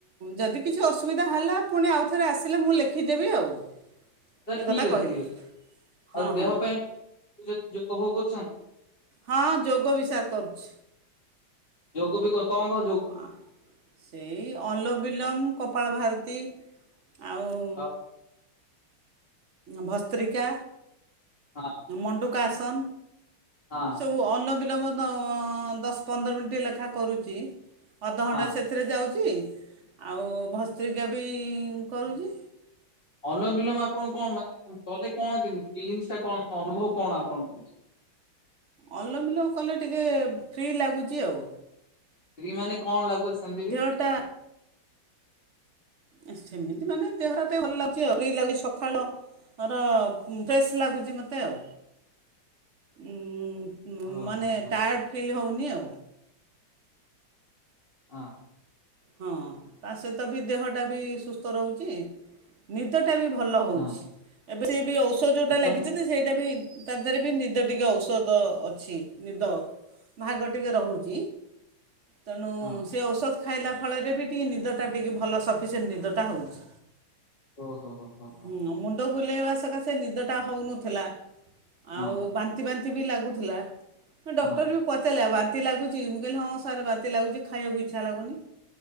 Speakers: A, on the right; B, on the left.
A: ଯଦି କିଛି ଅସୁବିଧା ହେଲା ପୁଣି ଆଉଥରେ ଆସିଲେ ମୁଁ ଲେଖିଦେବି ଆଉ।
B: ତ
A: ଏ
B: ଠିକ୍
A: କଥା
B: ଅଛି
A: କହିଲେ
B: ଠିକ୍ ଅଛି
A: ହଁ
B: ଆଉ ଦେହ
A: ହଁ
B: ପାଇଁ କେ ଯୋଗଭୋଗ କରୁଛନ୍ତି?
A: ହଁ ଯୋଗ ବିଷାକ କରୁଛି।
B: ଯୋଗ ବି କ କଣ କ
A: ହଁ ସେଇ ଅଲବିଲମ କପାଳ ଭାରତୀ ଆଉ।
B: ଅ,
A: ଭସ୍ତ୍ରିକା
B: ହଁ
A: ମଣ୍ଡୁକାସନ।
B: ହଁ।
A: ଉହୁ ଅଲମବିଲମ୍ ତ ଦଶପନ୍ଦର ମିନିଟ୍ ଲେଖା କରୁଛି। ଅଧଘଣ୍ଟା
B: ହଁ
A: ସେ ସେଥିରେ ଯାଉଛି ଆଉ ଭସ୍ତ୍ରିକା ବି କରୁଛି।
B: ଅଲମବିଲୋମ ଆପଣ କଣ ମାନେ କଲେ କଣ କେମିତି ଫିଲିଙ୍ଗ୍ସ ଟା କଣ ଅନୁଭବ କଣ ଆପଣଙ୍କୁ ରହୁଛି।
A: ଅଲମବିଲୋମ କଲେ ଟିକେ ଫ୍ରି ଲାଗୁଛି ଆଉ।
B: ଫ୍ରି ମାନେ କଣ ଲାଗୁଛି? ସେମିତି ବି
A: ଦେହଟା ଏ ସେମିତି ମାନେ ଦେହଟା ଟିକେ ଭଲ ଲାଗୁଛି ଆଉ ଫ୍ରି ଲାଗୁଛି ସକାଳ ମୋର ଉଁ ଫ୍ରେସ୍ ଲାଗୁଛି ମୋତେ ଆଉ ଉଁ। ଉଁ
B: ହଁ
A: ମାନେ
B: ହଁ ହଁ
A: ଟାୟାର୍ଡ଼ ଫିଲ୍ ହେଉନି ଆଉ।
B: ଅଁ।
A: ହଁ ତା ସହିତ ବି ଦେହଟା ବି ସୁସ୍ଥ ରହୁଛି। ନିଦ ଟା ବି ଭଲ ହଉଛି।
B: ହଁ
A: ଏବେ ସେ ବି ଔଷ ଯୋଉଟା
B: ଏତ
A: ଲେଖିଛନ୍ତି ସେଇଟା ବି ତା ଦେହରେ ବି ନିଦ ଟିକେ ଔଷଧ ଅଛି ନିଦ ଭାଗ ଟିକେ ରହୁଛି। ତେଣୁ
B: ହଁ
A: ସେ ଔଷଧ ଖାଇଲା ଫଳରେ ବି ଟିକେ ନିଦଟା ଟିକେ ଭଲ ସଫିସେଣ୍ଟ ନିଦଟା ହଉଛି।
B: ଓହୋ ହୋ ହୋ ହୋ
A: ହୁଁ
B: ହୋ
A: ମୁଣ୍ଡ ବୁଲେଇବା ସକାଶେ ନିଦ ଟା ହଉନଥିଲା
B: ହଁ
A: ଆଉ ବାନ୍ତି ବାନ୍ତି ବି ଲାଗୁଥିଲା
B: ହଁ
A: ଡକ୍ଟର ବି ପଚାରିଲା ବାନ୍ତି ଲାଗୁ ଚି ମୁଁ କହିଲି ହଁ ସାର ବାନ୍ତି ଲାଗୁଚି ଖଇବାକୁ ଇଚ୍ଛା ଲାଗୁନି।